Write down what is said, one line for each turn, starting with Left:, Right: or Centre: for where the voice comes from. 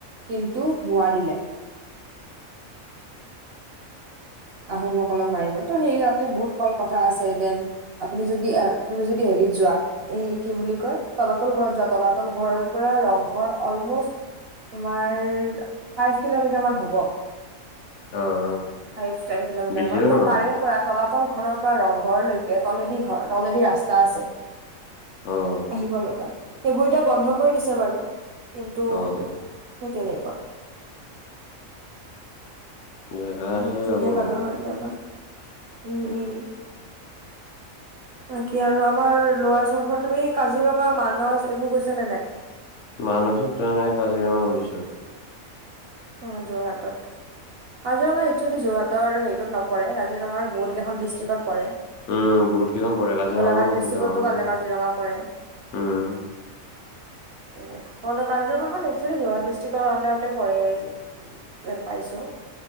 Right: কিন্তু নোৱাৰিলে। আহোমসকলক মাৰিব ত' সেই ইয়াতে বহুত কল কথা আছে দেন। আপুনি যদি এ তুমি যদি হেৰিত যোৱা। এ কি বুলি কয়, তলাতল ঘৰত যোৱা তলাতল ঘৰৰ পৰা ৰং। ঘৰ অলমোষ্ট তোমাৰ ফাইভ কিলোমিটাৰ মান হ'ব।
Left: অ'
Right: ফাইভ-টেন কিলোমিটাৰ
Left: বেছিও
Right: মান
Left: নহয়
Right: ত তাৰে। পৰা তলাতল ঘৰৰ পৰা ৰংঘৰলৈকে তলেদি ঘৰ তলেদি ৰাস্তা আছে।
Left: অ',
Right: আহিব লগা, সেইবোৰ এতিয়া বন্ধ। কৰি দিছে বাৰু কিন্তু
Left: অ', অ'।
Right: সেই তেনেকুৱা।
Left: জেগা
Right: বহুত
Left: আছে
Right: ধুনীয়া
Left: যাব
Right: জাগা
Left: লগা
Right: হয় যাবা, উম উম' বাকি আৰু আমাৰ ল'ৱাৰ আচামৰ ফাল তুমি কাজিৰঙা মানচ এইবোৰ গৈছা নে নাই?
Left: মানসত যোৱা নাই, কাজিৰঙা গৈছো।
Right: অ' যোৰহাটত। কাজিৰঙা একচুৱেলি যোৰহাটৰ হেৰিটোত নপৰে, কাজিৰঙাৰ বহুত কেইখন ডিষ্ট্ৰিকত পৰে।
Left: উম' বহুত কেইখনত পৰে, কাজিৰঙাখন
Right: গোলাঘাট ডিষ্ট্ৰিক্টতো
Left: বহুত ডাঙৰ
Right: কালে
Left: ন।
Right: কাজিৰঙা পৰে
Left: উম'
Right: তেনেকুৱা কাজিৰঙাখন এক্চুৱেলি যোৰহাট ডিষ্ট্ৰিকৰ আণ্ডাৰতে পৰে। যেন পাইছো।